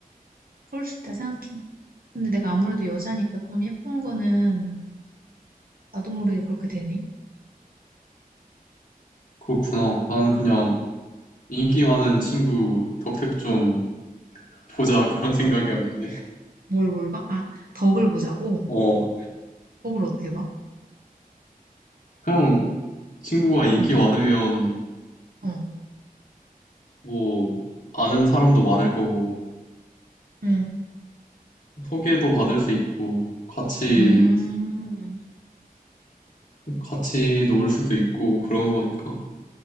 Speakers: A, on the right; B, on the left.
A: 그럴 수 있다 생각해. 근데 내가 아무래도 여자니까 좀 예쁜 거는 나도 모르게 그렇게 되네.
B: 그렇구나. 나는 그냥 인기 많은 친구 덕택 좀 보자 <laughs> 그런 생각이었는데.
A: 뭘, 뭘 봐? 아, 덕을 보자고?
B: 어,
A: 덕을 어떻게 봐?
B: 그냥 친구가 인기
A: 응,
B: 많으면
A: 어,
B: 뭐 아는 사람도 많을 거고,
A: 응,
B: 소개도 받을 수 있고, 같이,
A: 음.
B: 같이 놀 수도 있고, 그런 거니까.